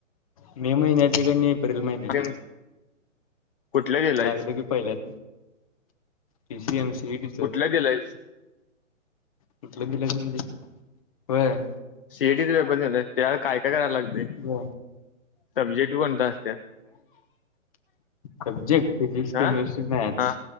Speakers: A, on the left; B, on the left.
A: मे महिन्यातील एप्रिल महिन्यातील
B: तेन कुठला दिलायस
A: लागलं की पहिल्याच पीसी एमसीच
B: कुठला दिलायस
A: कुठलं दिलास म्हणजे? होय.
B: सीईटी चा पेपर देत्यात त्या काय? काय करायला लागतंय
A: काय
B: सब्जेक्ट कोणतं असत्यात?
A: सबजेक्ट फिजिक्स
B: हा
A: केमिस्ट्री मॅथ्स
B: हा